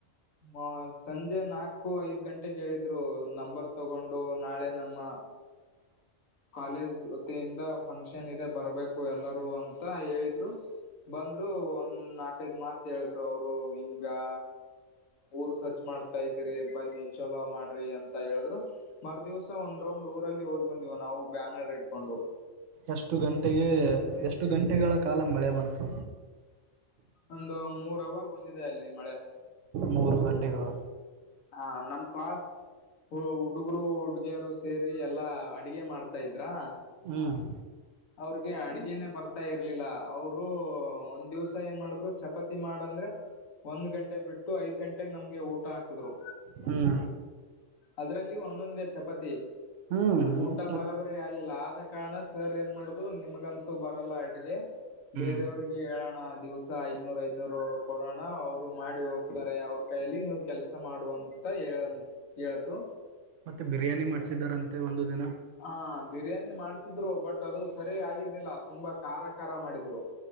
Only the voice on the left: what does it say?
ಮ ಸಂಜೆ ನಾಲ್ಕು ಐದ್ ಗಂಟೆಗೆ ಹೇಳಿದ್ರು ನಂಬರ್ ತಗೊಂಡು ನಾಳೆ ನಮ್ಮ
ಕಾಲೇಜ್ ವತಿಯಿಂದ ಫಂಕ್ಷನ್ ಇದೆ ಬರ್ಬೇಕು ಎಲ್ಲಾರೂ ಅಂತ ಹೇಳಿದ್ರು. ಬಂದ್ರು ಒಂದ್ ನಾಕೈದ್ ಮಾತ್ ಹೇಳಿದ್ರು ಅವರು ಹಿಂಗಾ ಊರ್ ಸ್ವಚ್ಛ ಮಾಡ್ತಾ ಇದ್ದೀರಿ ಬನ್ನಿ ಚಲೋ ಮಾಡ್ರಿ ಅಂತ ಹೇಳಿದ್ರು. ಮರ ದಿವಸ ಒಂದ್ ರೌಂಡ್ ಊರಲ್ಲಿ ಹೋಗಿ ಬಂದಿವ್ ನಾವು ಬ್ಯಾನರ್ ಇಡ್ಕೊಂಡು.
ಒಂದು ಮೂರು ಅವಾರ್ ಬಂದಿದೆ ಅಲ್ಲಿ ಮಳೆ.
ಹ ನಮ್ ಕ್ಲಾಸ್ ಹ ಹುಡುಗರು ಹುಡುಗಿಯರು ಸೇರಿ ಎಲ್ಲಾ ಅಡುಗೆ ಮಾಡ್ತಾ ಇದ್ರಾ.
ಅವ್ರಿಗೆ ಅಡ್ಗೆೇನೆೇ ಬರ್ತಾ ಇರ್ಲಿಲ್ಲ ಅವರು ಒಂದು ದಿವಸ ಏನ್ ಮಾಡಿದ್ರು ಚಪಾತಿ ಮಾಡಂದ್ರೆ ಒಂದು ಗಂಟೆ ಬಿಟ್ಟು ಐದು ಗಂಟೆಗೆ ನಮ್ಗೆ ಊಟ ಹಾಕಿದ್ರು.
ಅದ್ರಲ್ಲಿ ಒಂದೊಂದೇ ಚಪಾತಿ
ಊಟ
ಬರದ್ರ್ ಆಗಲ್ಲ ಆದ ಕಾರಣ ಸರ್ ಏನ್ ಮಾಡದ್ರೂ ನಿಮಗಂತೂ ಬರಲ್ಲ ಅಡ್ಗೆ
ಬೇರೆಯವ್ರಿಗ್ ಹೇಳೋಣ ದಿವಸ ಐದ್ನೂರು ಐದನೂರು ಕೊಡೋಣ ಅವರು ಮಾಡಿ ಹೋಗ್ತಾರೆ ಅವರು ಕೈಯಲ್ಲಿ ನೀವು ಕೆಲಸ ಮಾಡುವಂತ ಹೇಳ ಹೇಳಿದ್ರು.
ಹಾ ಬಿರಿಯಾನಿ ಮಾಡ್ಸಿದ್ರು ಬಟ್ ಅದು ಸರಿ ಆಗಿದ್ದಿಲ್ಲ ತುಂಬಾ ಖಾರ ಖಾರ ಮಾಡಿದ್ರು‌.